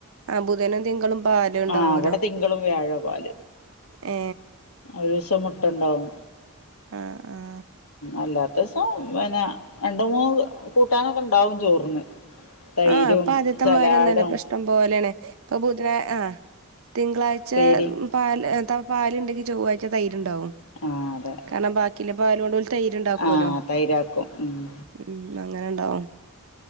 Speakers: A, on the right (about 70°); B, on the left (about 85°).
A: ആഹ് ബുധനും തിങ്കളും പാല് ഉണ്ടാവുമല്ലോ
B: ആഹ ഇവിടെ തിങ്കളും വ്യാഴാ പാൽ.
A: ഏ.
B: ഒരീസ മുട്ടണ്ടാവും.
A: ആഹ ആ!
B: അല്ലാത്തവസം പിന്നെ രണ്ട് മൂന്ന് കൂട്ടാനൊക്കെ ഇണ്ടാവും ചോറിന് തൈരും
A: ആഹ് ഇപ്പൊ ആദ്യത്തെമാരിയൊന്നുല്ല
B: സലാഡും
A: ഇപ്പ ഇഷ്ടം പോലെയാണ് ഇപ്പൊ ബുധന ആഹ് തിങ്കളാഴ്ച
B: ഉപ്പേരി
A: പാ പാല്ണ്ടെങ്കി ചൊവ്വാഴ്ച തൈരുണ്ടാവും.
B: ആഹ് അതെ
A: കാരണം ബാക്കിള്ള പാലോണ്ട് തൈര് ഉണ്ടാക്കോല്ലോ.
B: ആഹ് തൈരാക്കും ഉം
A: ഉം അങ്ങനെണ്ടാവും.